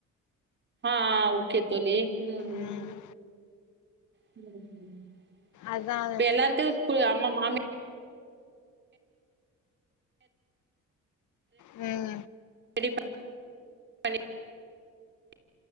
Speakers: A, on the right (about 35°); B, on the left (about 75°).
A: ஆ ஓகே தோழி உம்
B: ம்
A: <unintelligible>
B: அதான்
A: இப்ப எல்லாருக்கு ஸ்கூல் அம்மம் மாமி
B: உம்
A: <inaudible>